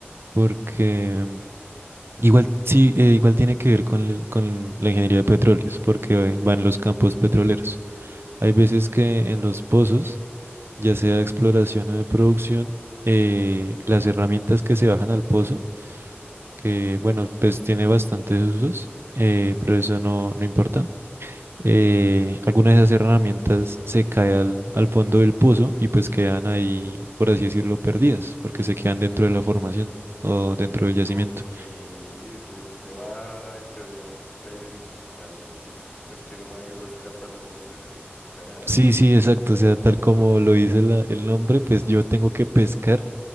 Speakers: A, on the right (about 65°); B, on the left (about 40°).
A: porque... Igual sí, eh, igual tiene que ver con, el- con la ingeniería de petróleos, porque eh, van los campos petroleros. Hay veces que en los pozos, ya sea de exploración o de producción, eh, las herramientas que se bajan al pozo, que bueno, pues tiene bastantes usos, eh, pero eso no, no importa. eh, algunas de esas herramientas se caen al, al fondo del pozo y pues quedan ahí, por así decirlo, perdidas, porque se quedan dentro de la formación o dentro del yacimiento.
B: Ok, o sea, usted va en teoría un, pe- un- alguien que es un pesquero va y rescata las cosas que se caen allá.
A: Sí, sí, exacto. O sea, tal como lo dice la- el nombre, pues yo tengo que pescar